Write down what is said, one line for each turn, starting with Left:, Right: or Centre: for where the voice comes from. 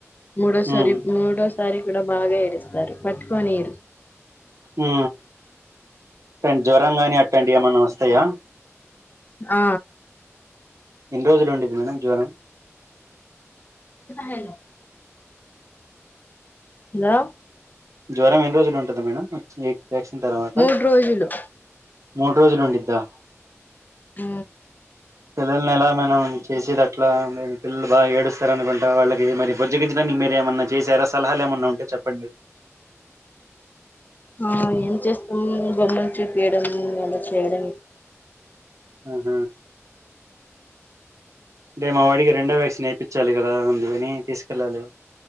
Left: మూడో
Right: మ్మ్
Left: సరి మూడు సారి కూడా బాగా ఏడుస్తారు పట్టుకనిరు
Right: ఉ రెం జ్వరం కాని అట్ ఇక్కడి ఏమైనా వస్తాయా
Left: ఆ
Right: ఎన్ని రోజులు ఉండేది మేడం జ్వరం
Left: హలో హలో
Right: జ్వరం ఎన్ని రోజులు ఉంటది మేడం వ్యాక్సిన్ తర్వాత
Left: మూడు రోజులు
Right: మూడు రోజులు ఉండిద్దా
Left: ఉ
Right: పిల్లల్ని ఎలా మనం చేసేది అట్లా పిల్లలు బాగా ఏడుస్తారనుకుంటా వాళ్ళకి బుజ్జగించడానికి మీరు ఏమన్నా చేసారా సలహాలు ఏమన్నా ఉంటే చెప్పండి
Left: ఆ ఏం చేస్తామ్ బొమ్మలు చూపియడం అలా చేయడం
Right: ఆహ అంటే మా వాడికి రెండో వ్యాక్సిన్ వేపించాలి కదా అందుకని తీసుకెళ్ళాలి